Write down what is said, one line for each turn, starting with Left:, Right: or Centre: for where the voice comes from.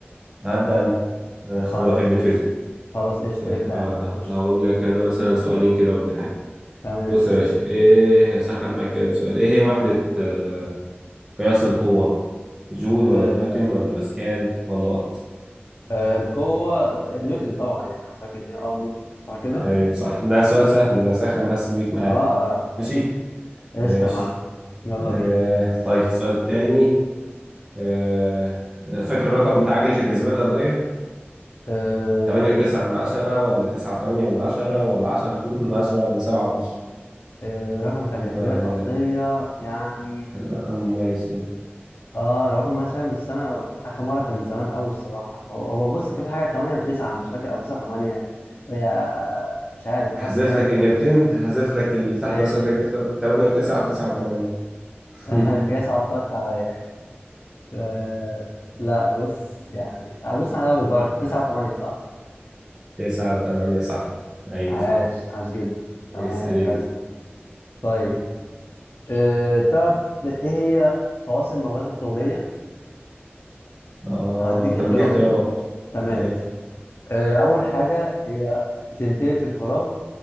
Right: هبدأ أنا أنا
Left: خلاص
Right: عشان أنا بحب الفيزياء
Left: ماشي خلاص قشطه
Right: طيب
Left: ابدا يا
Right: ه-
Left: عم خش
Right: هقول لك أنا مثلا سؤالين كده ولا حاجة
Left: تمام
Right: بص
Left: قشطه
Right: يا باشا إيه هسخن معاك كده بسؤال إيه هي وحدة آه، قياس القوة جول
Left: أه
Right: ولا نيوتن ولا باسكال ولا وات
Left: أه القوه آه، نيوتن طبعا يعني انا فاكر ان هي اه نيوتن صح كده
Right: أيوه صح ده سؤال سهل بسخن بس بيك معاه
Left: اه اه
Right: ماشي
Left: قشطه
Right: ماشي
Left: يا معلم يلا
Right: آه
Left: بينا
Right: طيب سؤال تاني آه فاكر الرقم بتاع عجلة الجاذبية الأرضية
Left: أه
Right: تمانية وتسعة من عشرة ولا تسعة وتمانية من عشرة ولا عشرة اتنين من عشرة ولا سبعة ونص
Left: أه رقم بتاع الجاذبيه
Right: شوف بقى
Left: الارضيه
Right: هي
Left: يعني
Right: كان رقم مميز كده
Left: اه رقم مقاس فعلا بس انا اخر مره كان من زمان قوي الصراحه هو هو بص كان في حاجه 8 و9 مش فاكر او 9 8 فهي مش عارف
Right: هحذف
Left: حاسس في حاجه
Right: لك
Left: من
Right: إجابتين
Left: دول
Right: هحذف لك اللي تحت
Left: ماشي
Right: وأسيب لك تسعة- تمانية وتسعة وتسعة وتمانية <laughs>
Left: <laughs> انت كده صعبتك عليا آه لا بص يعني آه، بص انا بالبركه 9 و8 صح؟
Right: تسعة وتمانية صح أيوة
Left: عاش
Right: صح
Left: عاش جدا تمام
Right: اسأل أنت
Left: حلو طيب آه تعرف ايه هي خواص الموجات الطوليه؟
Right: آه
Left: هديك
Right: طب
Left: اختيارات
Right: دي اختيارات
Left: تمام
Right: ماشي
Left: آه اول حاجه هي بتنتقل في الفراغ